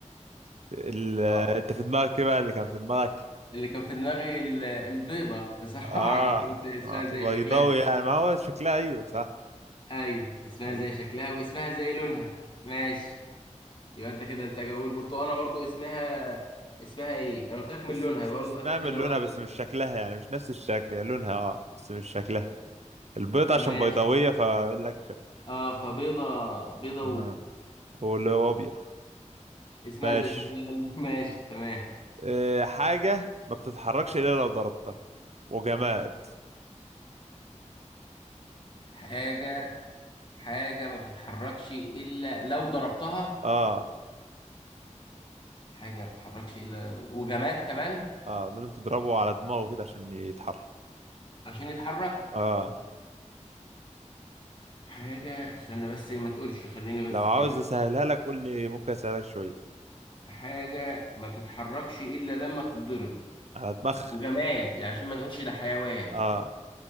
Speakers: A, on the right (about 60°); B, on the left (about 40°).
A: ال...
B: اه
A: انت في دماغك ايه بقى اللي كان في دماغك
B: اللي كان في دماغي ال- البيضة بصراحة
A: اه
B: <laughs> كنت قلت اسمها
A: آه،
B: زي
A: بيضاوي
B: شكلها
A: يعني ما هو شكلها ايوه صح
B: اي اسمها
A: يعني
B: زي شكلها واسمها زي لونها ماشي يبقى انت كده انت جو- والبرتقاله برضو اسمها اسمها ايه انا قلت لك من
A: اس...
B: لونها
A: اس...
B: برضو
A: اسمها
B: يبقى انت كده
A: من لونها
B: واحد
A: بس مش شكلها يعني مش نفس الشكل هي لونها اه بس مش شكلها البيض عشان
B: ماشي
A: بيضاوية فاقول لك شك-
B: اه فبيضه بيضه
A: آه. واللي هو ابيض
B: واسمها
A: ماشي
B: زي شكلها <laughs> ماشي تمام
A: إيه حاجة ما بتتحركش الا لو ضربتها وجماد
B: حاجه حاجه ما بتتحركش الا لو ضربتها
A: اه
B: حاجه ما بتتحركش الا وجماد كمان
A: اه لازم تضربه على دماغه كده عشان يتحرك
B: عشان يتحرك
A: اه
B: حاجه استنى بس ما تقولش خليني
A: لو
B: بس
A: عاوز
B: كده
A: اسهلها لك قول لي ممكن اسهلك شوية
B: حاجه ما بتتحركش الا لما تتضرب
A: على دماغ
B: وجماد يعني عشان ما نقولش ده حيوان
A: اه